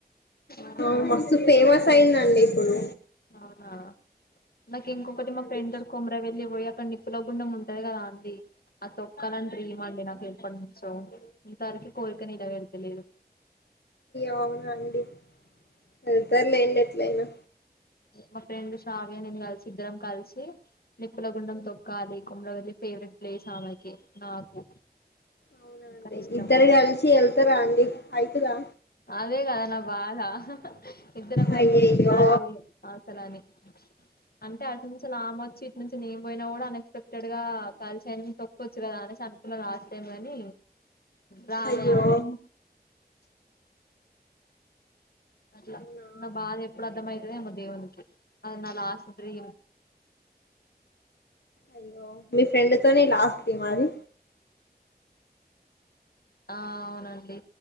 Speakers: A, on the left; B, on the left.
A: ఆహా
B: అవును మస్తు ఫేమస్ అయిందండి ఇప్పుడు
A: అవునా నాకి ఇంకొకటి
B: అవునండి
A: మా ఫ్రెండ్ తోటి కోమరా వెళ్లిపోయా అక్కడ నిప్పులో గుండం ఉంటది కదా అండి ఆ తొక్కలో <unintelligible> నాకు పంపించావా అండి ఉంటా అండి కోరికనే గదడుగుత లేదు
B: అవునా అండి వెళ్తారు లేండి ఎట్లయినా
A: మా ఫ్రెండ్ షావయా నేను కలిసి ఇద్దరం కలిసి నిప్పుల గుండం తొక్కాలి కుమ్మ్రగది ఫేవరెట్ ప్లేస్ ఆమెకి నాకు
B: అవునా అండి
A: కష్టమే
B: ఇద్దరు కలిసి వెళ్తారా అండి అయితదా
A: అది అదే కదా నా బాధ ఇద్దరం కలిసి
B: అయ్యయ్యో
A: వెళ్ళాలి ని అంటే అటు నుంచి నాకొచ్చి ఇటు నుంచి నేన్ పోయినా కూడా అన్ఎక్స్పెక్టెడ్ గా కలిసి అయనంచి తొక్క్కచ్చు కదా అనేసి అంటున్నా లాస్ట్ టైమ్ ని రాలే
B: అయ్యో
A: ఆమె అట్లా
B: అవునా
A: నా బాధ ఎప్పుడు అర్థం అయితు పదంప దేవునికి అనాద ఆశత్రయం
B: అయ్యో మీ ఫ్రెండ్ తోనే లాస్ట్ ఈ మరి
A: ఆ అవునండి